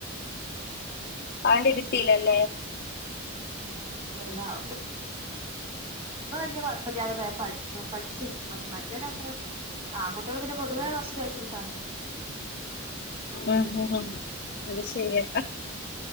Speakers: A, on the left; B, on the right.
A: അവിടിരുത്തില്ലല്ലേ?
B: അവള് <unintelligible> ശിക്കും പക്ഷെ മറ്റവനത്ര ആകു <unintelligible> പൊതുവെ കുറച്ച് ബെകിൽക് ആണല്ലോ
A: ഉം ഉം അത് ശരിയാ